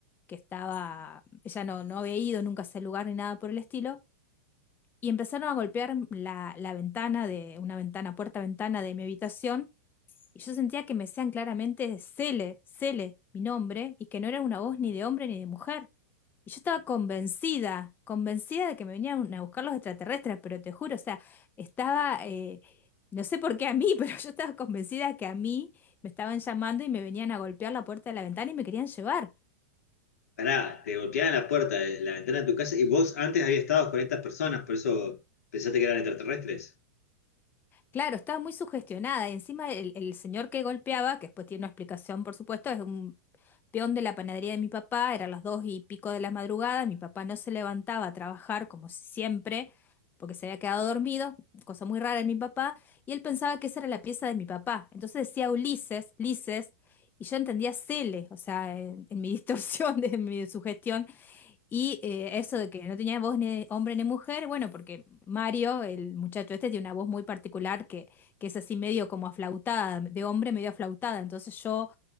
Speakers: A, on the left; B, on the left.
A: que estaba, ella no, no había ido nunca a ese lugar ni nada por el estilo, y empezaron a golpear la, la ventana de, una ventana, puerta-ventana de mi habitación, y yo sentía que me decían claramente Cele, Cele, mi nombre, y que no era una voz ni de hombre ni de mujer. Y yo estaba convencida, convencida de que me venían a buscar los extraterrestres, pero te juro, o sea, estaba, eh, no sé por qué a mí, <laughs> pero yo estaba convencida que a mí me estaban llamando y me venían a golpear la puerta de la ventana y me querían llevar.
B: Pará, te golpeaban la puerta, la ventana de tu casa y vos antes habías estado con estas personas, por eso pensaste que eran extraterrestres.
A: Claro, estaba muy sugestionada y encima el, el señor que golpeaba, que después tiene una explicación, por supuesto, es un peón de la panadería de mi papá, eran las dos y pico de la madrugada, mi papá no se levantaba a trabajar como siempre, porque se había quedado dormido, cosa muy rara en mi papá, y él pensaba que esa era la pieza de mi papá. Entonces decía Ulises, Lises, y yo entendía Cele, o sea, en, en mi distorsión, <laughs> de mi sugestión, y eh, eso de que no tenía voz ni de hombre ni mujer, bueno, porque Mario, el muchacho este, tiene una voz muy particular que, que es así medio como aflautada, de hombre medio aflautada. Entonces yo